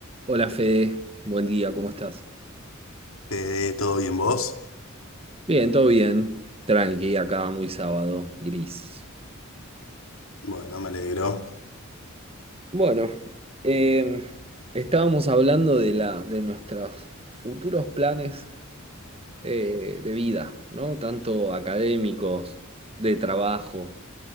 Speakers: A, on the right; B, on the left.
A: Hola Fede, buen día, ¿cómo estás?
B: Eh, ¿todo bien vos?
A: Bien, todo bien, tranqui, acá muy sábado, gris.
B: Bueno, me alegro.
A: Bueno, em, estábamos hablando de la, de nuestros futuros planes eh, de vida, ¿no? Tanto académicos, de trabajo,